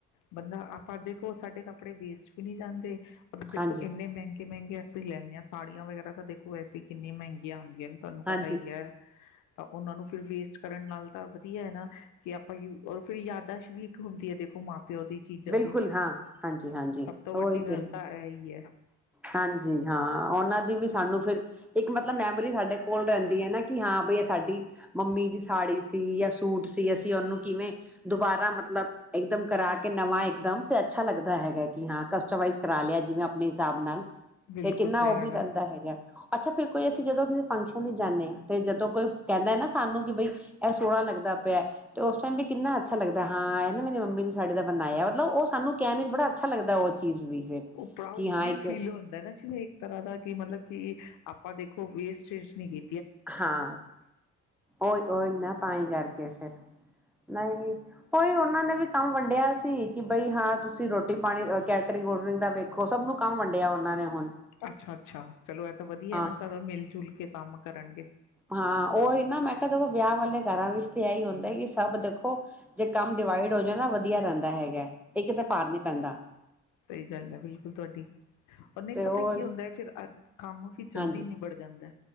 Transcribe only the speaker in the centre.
ਹਾਂਜੀ।
ਹਾਂਜੀ।
ਬਿਲਕੁਲ
ਹਾਂ ਹਾਂਜੀ-ਹਾਂਜੀ
ਉਹੀ
ਤੇ
ਹੈ।
ਹਾਂਜੀ ਹਾਂ ਉਹਨਾਂ ਦੀ ਵੀ ਸਾਨੂੰ ਫਿਰ ਇੱਕ ਮਤਲਬ ਮੈਮਰੀ ਸਾਡੇ ਕੋਲ ਰਹਿੰਦੀ ਐ ਨਾ ਕਿ ਹਾਂ ਬਈ ਇਹ ਸਾਡੀ ਮੰਮੀ ਦੀ ਸਾੜੀ ਸੀ ਜਾਂ ਸੂਟ ਸੀ ਅਸੀਂ ਉਹਨੂੰ ਕਿਵੇਂ ਦੁਬਾਰਾ ਮਤਲਬ ਇੱਕਦਮ ਕਰਾ ਕੇ ਕਿ ਨਵਾਂ ਇੱਕਦਮ ਤੇ ਅੱਛਾ ਲੱਗਦਾ ਹੈਗਾ ਕਿ ਹਾਂ ਕਸਟਮਾਈਜ਼ ਕਰਾ ਲਿਆ ਜਿਵੇਂ ਆਪਣੇ ਹਿਸਾਬ ਨਾਲ
ਤੇ ਕਿੰਨਾ
ਉਹ
ਵੀ ਰਹਿੰਦਾ
ਹੈਗਾ ਅੱਛਾ ਫਿਰ ਕੋਈ ਅਸੀਂ ਜਦੋਂ ਕਿਸੇ ਫੰਕਸ਼ਨ ਦੀ ਜਾਂਨੇ ਆ ਤੇ ਜਦੋਂ ਕੋਈ ਕਹਿੰਦਾ ਐ ਨਾ ਸਾਨੂੰ ਕਿ ਬਈ ਇਹ ਸੋਹਣਾ ਲੱਗਦਾ ਪਿਆ ਤੇ ਉਸ ਟਾਈਮ ਵੀ ਕਿੰਨਾ ਅੱਛਾ ਲੱਗਦਾ ਹਾਂ ਇਹ ਨਾ ਮੇਰੀ ਮੰਮੀ ਦੀ ਸਾਡੀ ਦਾ ਬਣਾਇਆ ਮਤਲਬ ਉਹ ਸਾਨੂੰ ਕਹਿਣੇ ਚ ਬੜਾ ਅੱਛਾ ਲੱਗਦਾ ਉਹ ਚੀਜ਼ ਵੀ ਫਿਰ
ਕਿ ਹਾਂ
ਇੱਕ
ਹਾਂ, ਉਹੀ-ਓਹੀ ਨਾ ਤਾਂਹੀ ਕਰਕੇ ਫਿਰ ਨਹੀਂ, ਉਈ ਉਹਨਾਂ ਨੇ ਵੀ ਕੰਮ ਵੰਡਿਆ ਸੀ ਕਿ, ਬਈ ਹਾਂ ਤੁਸੀਂ ਰੋਟੀ ਪਾਣੀ ਕੈਟਰਿੰਗ ਵੂਟਰਿੰਗ ਦਾ ਦੇਖੋ, ਸਭ ਨੂੰ ਕੰਮ ਵੰਡਿਆ ਉਹਨਾਂ ਨੇ ਹੁਣ
ਹਾਂ
ਹਾਂ, ਉਹੀ ਨਾ ਮੈਂ ਕਿਹਾ ਜਦੋਂ ਵਿਆਹ ਵਾਲੇ ਘਰਾਂ ਵਿੱਚ ਤੇ ਆ ਹੀ ਹੁੰਦਾ। ਕਿ ਸਭ ਦੇਖੋ ਜੇ ਕੰਮ ਡਿਵਾਈਡ ਹੋ ਜਾ ਨਾ ਵਧੀਆ ਰਹਿੰਦਾ ਹੈਗਾ ਹੈ। ਇੱਕਤੇ ਭਾਰ ਨੀ ਪੈਂਦਾ।
ਤੇ
ਉਹ
ਹਾਂਜੀ